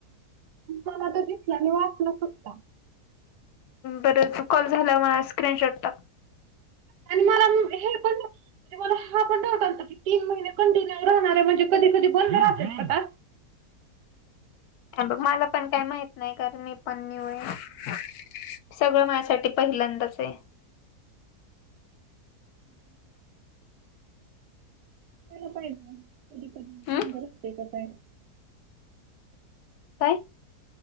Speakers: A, on the right (about 80°); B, on the left (about 75°).
A: माला तो दिसता आणि वाचला सुट.
B: बरंच कॉल झाला मणा स्क्रीनशॉट टाक.
A: आणि मला हे पण मला हा पणावतात ना क तीन महिने कंटिन्यू राहणारे म्हणजे कधी कधी बंद राहतात.
B: बघ मला पण काही माहित नाही, कारण मी पण न्यू आहे सगळं माझ्यासाठी पहिल्यांदाच आहे.
A: हम्म हम. पाहिजे कधी प
B: हम्
A: बंद र असते का काय.
B: काय?